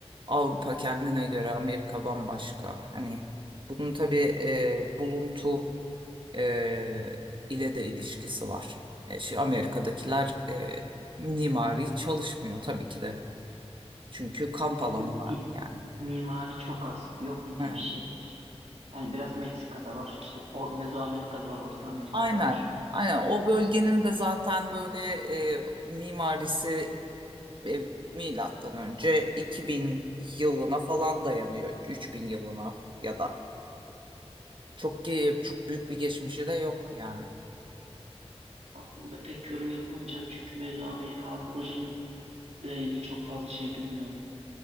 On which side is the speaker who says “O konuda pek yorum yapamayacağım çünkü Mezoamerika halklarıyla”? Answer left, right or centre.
Right